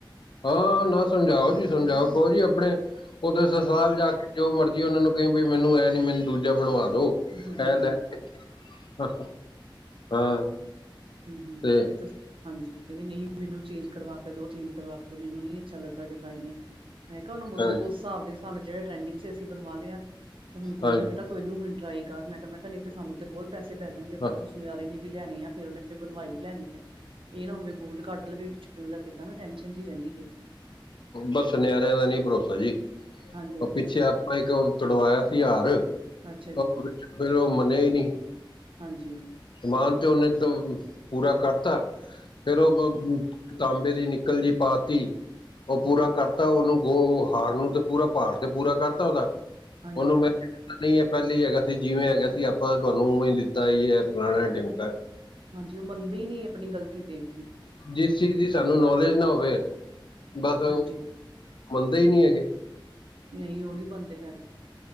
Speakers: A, on the left; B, on the right.
A: ਹਾਂ ਨਾ ਸਮਝਾਓ ਜੀ ਸਮਝਾਓ ਕੋਹੋ ਜੀ ਆਪਣੇ ਉਹਦੇ
B: ਹਾਂਜੀ
A: ਸਸਾਲ ਜਾ ਕੇ ਜੋ ਮਰਜ਼ੀ ਉਹਨਾ ਨੂੰ ਕਿ ਬਈ ਮੈਨੂੰ ੲੈ ਨੀ ਮੈਨੂੰ ਦੂਜਾ ਬਣਵਾ ਦੋ।
B: ਦੂਜਾ
A: ਹੈ
B: ਬਣਵਾ
A: ਲੈ
B: ਲਓ।
A: ਹਾਂ
B: ਹਮ ਹਮ
A: ਤੇ
B: ਹਾਂਜੀ, ਕਹਿੰਦੀ ਨਹੀਂ ਮੈਨੂੰ ਚੇਂਜ ਕਰਵਾ ਕੇ ਦੋ, ਚੇਂਜ ਕਰਵਾ ਕੇ ਦੋ ਮੈਨੂੰ ਨਹੀਂ ਅੱਛਾ ਲੱਗਾ ਡਿਜ਼ਾਈਨ ਏ ਮੈਂ ਕਿਹਾ, ਉਹਨੂੰ ਉਦੋ
A: ਹਾਂਜੀ
B: ਉਸ ਹਿਸਾਬ ਦੇ ਹਿਸਾਬ ਨਾਲ ਜਿਹੜੇ ਟਰੈਂਡਿੰਗ ਸੀ ਅਸੀਂ ਬਣਵਾ ਲਿਆ ਤੇ ਹੁਣ ਕੋਈ
A: ਹਾਂਜੀ
B: ਨੀ ਬੇਟਾ। ਤੂੰ ਇਹਨੂੰ ਟਰਾਈ ਕਰ ਮੈਂ ਕਿਹਾ ਮੈਂ ਕਿਹਾ ਨਹੀਂ ਤੇ ਸਾਨੂੰ ਤੇ ਬੋਤ ਪੈਸੇ ਪੈ ਜਾਣਗੇ, ਵਾਦੂ
A: ਹਾਂ
B: ਸੁਨਿਆਰੇ ਨੇ ਵੀ ਲੈਣੇ ਆ ਫਿਰ ਉਹਨੇ ਬਣਵਾਈ ਲੈਣੀ ਹੈ ਇਹ ਨਾ ਹੋਵੇ ਗੋਲਡ ਕਢ ਲਵੇ ਵਿੱਚ ਕਿੱਦਾਂ ਨਾ ਟੈਸ਼ਨ ਜਿਹੀ ਰਹਿੰਦੀ ਹੈ।
A: ਬਸ ਸਨਿਆਰਿਆਂ ਦਾ ਨੀ ਭਰੋਸਾ ਜੀ
B: ਹਾਂਜੀ-ਹਾਂਜੀ
A: ਉਹ ਪਿੱਛੇ ਆਪ ਇੱਕ ਤੜਵਾਇਆ ਸੀ ਹਾਰ
B: ਅੱਛਾ ਜੀ
A: ਫਿਰ ਉਹ ਮੰਨਿਆ ਹੀ ਨਹੀਂ
B: ਹਾਂਜੀ।
A: ਸਮਾਨ ਤੇ ਉਹਨੇ ਤੋ ਪੂਰਾ ਕਰਤਾ ਫੇਰ ਉਹ
B: ਹਾਂਜੀ-ਹਾਂਜੀ।
A: ਤਾਂਬੇ ਦੀ ਨਿਕਲ ਜੀ ਪਾਤੀ ਉਹ ਪੂਰਾ ਕਰਤਾ ਉਹਨੂੰ ਗੋ ਹਾਰ ਨੂੰ ਤੇ ਪੂਰਾ ਭਾਰ ਤੇ ਪੂਰਾ ਕਰਤਾ ਉਹਦਾ
B: ਹਾਂਜੀ
A: ਉਹਨੂੰ
B: ਹਾਂਜੀ
A: ਮੇ ਨਹੀਂ ਇਹ ਪਹਿਲਾਂ ਹੀ ਹੈਗਾ ਸੀ ਜਿਵੇਂ ਹੈਗਾ ਸੀ ਆਪਾਂ ਤੁਹਾਨੂੰ ਉਵੇ ਦਿੱਤਾ ਐ ਯੇ ਐ ਫਲਾਨਾ ਟਿਮਕਾ
B: ਹਾਂਜੀ, ਉਹ ਮੰਨਦੀ ਨੀ ਆਪਣੀ ਗ਼ਲਤੀ ਤੇ ਹੂੰ,
A: ਜਿਸ ਚੀਜ਼ ਦੀ ਸਾਨੂੰ ਨੌਲੇਜ ਨਾ ਹੋਵੇ, ਬਸ
B: ਹਾਂਜੀ
A: ਮੰਨਦੇ ਈ ਨੀ ਹੈਗੇ
B: ਨਹੀਂ ਉਹ ਨੀ ਮੰਨਦੇ ਹੈਗੇ,